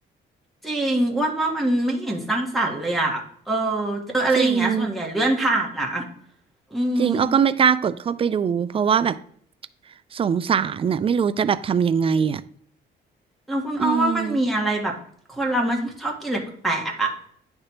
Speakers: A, in the centre; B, on the right.
A: จริงอ้วนว่ามันไม่เห็นสร้างสรรค์เลยอ่ะเออเจออะไรอย่างเงี้ยส่วนใหญ่เลื่อนผ่านอ่ะ
B: จริง
A: อืม
B: จริงอ้อก็ไม่กล้ากดเข้าไปดูเพราะว่าแบบสงสารน่ะไม่รู้จะแบบทำยังไงอ่ะ
A: แล้วคุณอ้อว่ามันมีอะไรแบบคนเรามันชอบกินอะไรแปลกๆอ่ะ
B: อืม